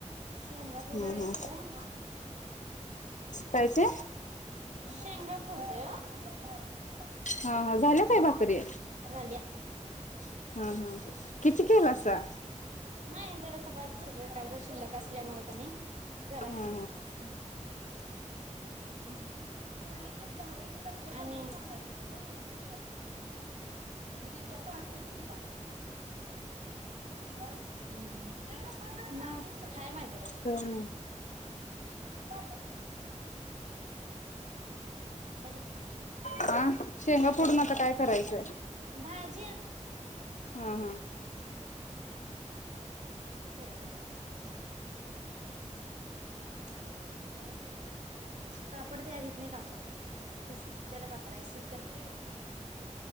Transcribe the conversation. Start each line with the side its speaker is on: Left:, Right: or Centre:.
Right: शेंगा फोडत
Left: हा
Right: बसलोय.
Left: हा काय ते
Right: शेंगा फोडतोय ओ <unintelligible>
Left: हा हा झाल्या काय भाकरी
Right: झाल्या.
Left: हा हा किती केलासा
Right: नाही जरा चपाती सगळ कालच्या शिल्लक असल्यामुळं कणी जराच
Left: हा
Right: केले आज हम्म नाही ते बाह्यागत असल्या तर आणि सांगायचं होतं ग म्हणून तुझे <unintelligible> तिथं पाठव की तिला. हा. हम्म. हाय माझ्यापाशी
Left: हा
Right: <unintelligible> हॅलो
Left: हा शेंगा
Right: हा बोला
Left: फोडून आता काय करायचंय
Right: भाज्या.
Left: हा हा.
Right: ते होय. हम्म हम हम. कापड तसलंच हाय कापड त्या वीत नाही कापडाला खिस त्याला कापड आहे सिल्क न्हव.